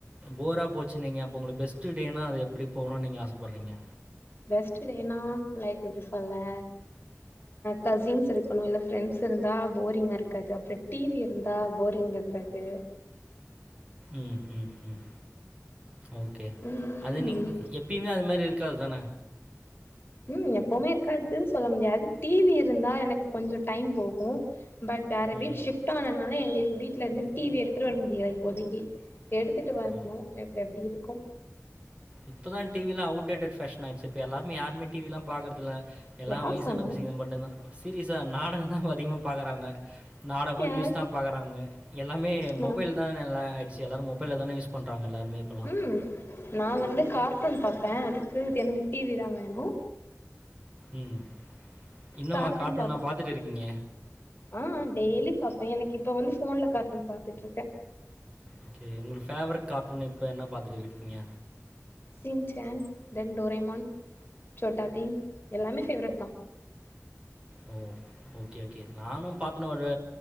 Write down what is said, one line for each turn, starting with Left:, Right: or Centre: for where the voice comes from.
Right: போரா போச்சு நீங்க அப்பொ உங்களுக்கு பெஸ்ட்டு டேனா அது எப்டி போணுனு நீங்க ஆசப்பட்றீங்க
Left: பெஸ்ட்டு டேன்னா லைக் எப்டி சொல்ல கசின்ஸ் இருக்கணு இல்ல ஃப்ரெண்ட்ஸ் இருந்தா போரிங்கா இருக்காது அப்ற டிவி இருந்தா போரிங் இரு கது
Right: ம் ம்ம் ஓகே
Left: ம்
Right: அது நீங்க எ எப்பயுமே அது மாரி இருக்காது தான
Left: உம் எப்பவுமே இருக்காதுன்னு சொல்ல முடியாது டிவி இருந்தா எனக்கு கொஞ்ச டைம் போகு பட் வேற
Right: ம்.
Left: வீடு ஷிப்ட் ஆனனால எங்களுக்கு வீட்லர்ந்து டிவி எடுத்துட்டு வர முடியாது இப்போதக்கி எடுத்துட்டு வர்ணு
Right: ஓ.
Left: ப்ப எப்டி இருக்கு
Right: இப்பதா டிவி எல்லா அவுடேட்டட் பேஷன் ஆயிடுச்சு இப்ப எல்லாரு யாருமே டிவி எல்லா பாக்றதில்ல எல்லா
Left: யார்
Right: வயசான
Left: சொன்னா
Right: பிசிங்க மட்டுந்தா சீரியஸா நாடகந் தா இப்ப அதிகமா பாக்குறாங்க நாடகம்
Left: யார்
Right: நியூஸ் தா பாக்குறாங்க எல்லாமே
Left: நா
Right: மொபைல் தான்எல்லா ஆய்டுச்சு எல்லாரு மொபை லதான யூஸ் பண்றாங்க எல்லாருமே இப்பல்லா
Left: ம் நா வந்து கார்ட்டூன் பாப்பே அதுக்கு எனக்கு டிவி தா வேணு
Right: ம் இன்னும்மா
Left: கார்ட்டூன்
Right: கார்ட்டூன்லா
Left: பாப்
Right: பாத்துட்ருக்கீங்க
Left: ஆ டெய்லி பாப்பே பாேன் எனக்கு இப்ப வந்து போன்ல கார்டூன் பாத்துட்ருக்கே
Right: ஓகே உங்களுக்கு ஃபேவரட் கார்டூன் இப்ப என்ன பாத்துட்டு இருக்கீங்க
Left: சின் சேன் தென் டோரேமான் சோட்டா பீன் எல்லாமே ஃபேவ்ரெட் தா
Right: ஓ ஓகே ஓகே நானு பாத்தனெ ஒரு